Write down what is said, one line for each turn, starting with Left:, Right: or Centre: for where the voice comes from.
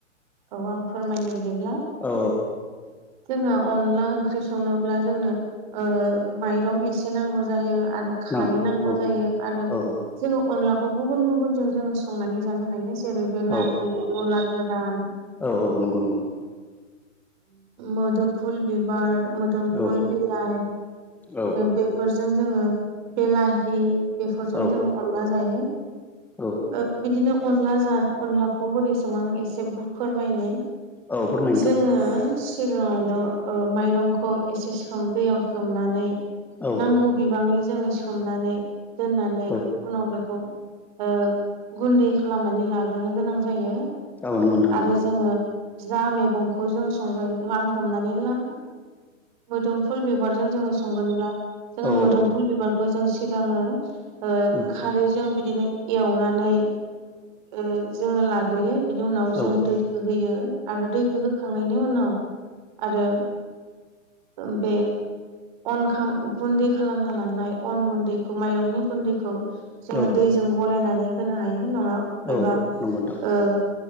Right: औ आं फोरमायनो बिदिब्ला।
Centre: औ
Right: जोंहा अनला ओंख्रि संनोब्ला जोंनो ओ माइरं एसे नांगौ जायो। आरो खारै
Centre: न
Right: नांगौ
Centre: औ
Right: जायो आरो
Centre: औ
Right: जों। अनलाखौ गुबुन गुबुनजों जोङो संनानै जानो हायो जेरै बेलाहि
Centre: औ
Right: मुला गोरान।
Centre: औ औ नंगौ नंगौ।
Right: मुदुफुल बिबार मुदुफुल
Centre: औ
Right: बिलाय।
Centre: औ
Right: बेफोरजों जोङो बेलाहि बेफोरजों
Centre: औ
Right: जोङो अनला जायो।
Centre: औ
Right: ओ‌ बिदिनो। अनला जा अनलाखौ बोरै सङो एसे फोरमायनि
Centre: औ फोरमाय नोंथां
Right: जोङो। सिगाङावनो ओ माइरंखौ एसे सोम दैयाव सोमनानै।
Centre: औ
Right: नांगौ बिबांनि जोङो सोमनानै दोननानै
Centre: औ
Right: उनाव बेखौ ओ गुन्दै खालामनानै लाग्रोनो गोनां जायो।
Centre: औ नंगौ नोंथां नंगौ।
Right: आरो जोङो जा मैगंखौ जोङो संगोन रांं हमनानै ला मोदोमफुल बिबारजों जोङो संगोनब्ला जोङो
Centre: औ
Right: मोदोमफुल बिबारखौ जों सिगाङो ओ
Centre: औ
Right: खारैजों बिदिनो एवनानै ओ जोङो लाग्रोयो। बिनि उनाव जों
Centre: औ
Right: दैखौ होयो आरो दैखौ होखांनायनि उनाव आरो ओ बे अनखा गुन्दै खालामना लानाय अन गुन्दैखौ माइरंनि गुन्दैखौ। जोङो
Centre: औ
Right: दैजों गलायनानै होनो हायो नङा
Centre: औ
Right: एबा
Centre: नंगौ नोंथां
Right: ओ